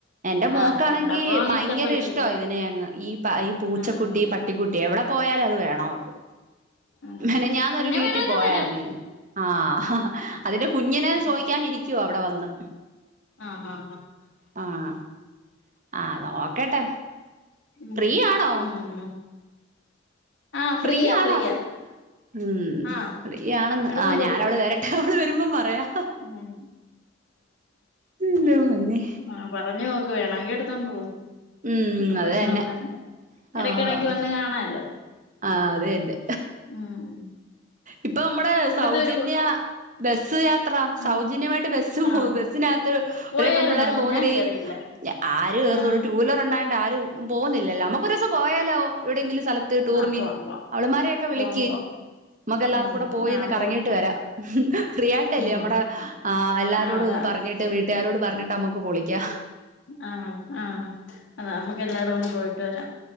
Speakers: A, on the right; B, on the left.
A: എന്റെ മോക്കാണെങ്കി
B: ആഹ് കണ്ടപ്പോ അങ്ങ്
A: ഭയ്ങ്കെരെഷ്ടാ
B: ഇഷ്ടപ്പെട്ട്
A: ഇതിനെയങ്ങ് ഈ ഈ പൂച്ചക്കുട്ടി
B: ആഹ്
A: പ ട്ടിക്കുട്ടി എവിടെ പോയാല്വത് വേണവക്ക്
B: ആഹ്
A: മെനഞ്ഞാന്നൊര്
B: ഇതിനെ
A: വീട്ടി
B: വേണങ്കി
A: പോയായ്ര്ന്നേ
B: തരാം
A: ആഹ് അതിന്റെ കുഞ്ഞിനെ
B: ഉം
A: ചോയ്ക്കാനിരിക്കുവാ അവെടെ വന്ന്
B: ആഹാ
A: ആഹ് ആ നോക്കട്ടെ
B: ഉം
A: ഫ്രീ ആണോ
B: ഉം ആഹ് ഫ്രീയാ
A: ഫ്രീയാണോ
B: ഫ്രീയാ
A: ഉം
B: ആഹ്
A: ഫ്രീയാണെന്ന്
B: എടുത്തോണ്ട്
A: ആ ഞാനവൾ
B: പൊക്കോ
A: വെര അവൾ വെരുമ്പം പറയാ
B: ഉം
A: എന്റെ പൊന്നേ
B: ആ പറഞ്ഞു നോക്ക് വേണെങ്കി എട്ത്തോണ്ട് പോ
A: ഉം
B: പ്രെശ്നൊന്നല്ല
A: അത് തന്നെ
B: എടയ്ക്കെടക്ക്
A: ആഹ്
B: വെന്ന് കാണാലോ
A: ആഹ് അത്തന്നെ
B: ഉം
A: ഇപ്പമ്മടെ
B: ഇവിടുത്തെ
A: സൗജന്യ
B: ഒരു
A: ബസ്സ് യാ ത്ര സൗജന്യമായിട്ട്
B: ആഹ്
A: ബസ്
B: ആഹ്
A: പോ ബസ്സിനകത്ത്
B: പോയായിരുന്നോ
A: ഒരേ പെമ്പിള്ളേര് പോകുന്നെടീ
B: ഞാൻ കേറിയില്ല
A: ഞ ആര് കേറുന്നു
B: ആഹ്
A: ടു വീലർ ഉണ്ടായണ്ട് ആരും പോന്നില്ലല്ലോ. അമ്മക്കൊരൂസം പോയാലോ എവിടെയെങ്കിലും സ്ഥലത്ത് ടൂർന്
B: ആഹ് പോവാം പോവാം
A: അവള്മാരെയൊക്കെ
B: പോവാം
A: വിളിക്ക്
B: പോവാം
A: ക്കെല്ലാർകൂടെ
B: ഉം
A: പോയി
B: ആഹ്
A: ഒന്ന്
B: പോവാം
A: കറങ്ങിയിട്ട് വരാം ഫ്രീ ആയിട്ടല്ലേ
B: ഉം
A: നമ്മടെ എല്ലാരോടു
B: ആഹ് അതാ
A: ഒന്ന് പറ പറഞ്ഞിട്ട് വീട്ടുകാരോട് പറഞ്ഞിട്ട് അമ്മക്ക് പൊളിയ്ക്കാം
B: ആഹ് ആഹ് അത അമ്മക്ക് എല്ലാടവും ഒന്ന് പോയിട്ട് വരാം